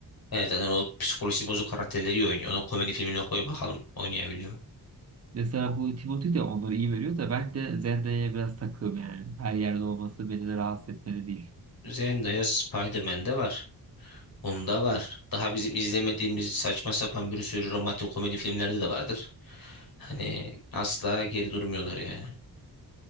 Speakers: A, on the left (about 60°); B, on the right (about 40°).
A: Evet zaten o psikolojisi bozuk karakterleri iyi oynuyor. Onu komedi filmine koy bakalım oynayabiliyor mu?
B: Mesela bu Timothy de onları iyi veriyor da ben de Zendaya'ya biraz takığım yani. Her yerde olması beni de rahatsız etmeli değil.
A: Zendaya Spider-Man'de var. Bunda var. Daha bizim izlemediğimiz saçma sapan bir sürü romantik komedi filmlerde de vardır. Hani asla geri durmuyorlar yani.